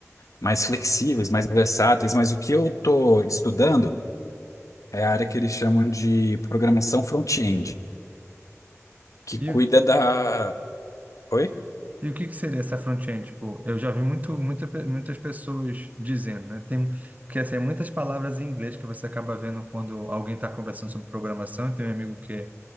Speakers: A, on the left (about 80°); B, on the right (about 30°).
A: mais flexíveis, mais versáteis, mas o que eu estou estudando é a área que eles chamam de programação front-end, que
B: uhum.
A: cuida da. Oi?
B: E o que que seria essa front-end? Tipo, eu já vi muito, muita, pe- muitas pessoas dizendo, né? Tem que assim, é muitas palavras em inglês que você acaba vendo quando alguém está conversando sobre programação. Tem um amigo que é,